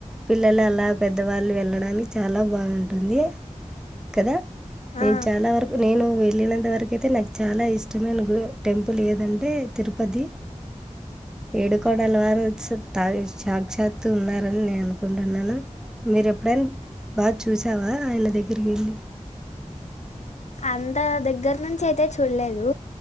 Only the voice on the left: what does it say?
ఆ
అంత దగ్గర నుంచి అయితే చూడలేదు